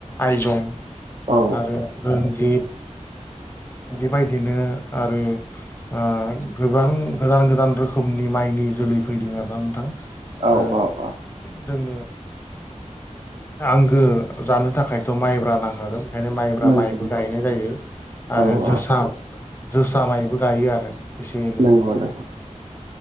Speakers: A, on the left; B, on the right.
A: आइजं
B: औ
A: आरो रन्जित बेबायदिनो आरो ओ गोबां गोदान गोदान रोखोमनि माइनि जोलै फैदों आरोना नोंथां
B: औ
A: आरो
B: औ
A: जोंनो आंगो जानो थाखायथ' माइब्रा नांखागोन ओंखायनो माइब्रा
B: नंगौ
A: माइबो गायनाय जायो आरो
B: औ
A: जोसा
B: औ
A: जोसा माइबो गायो आरो एसे एनै
B: नोंगौ नोंगौ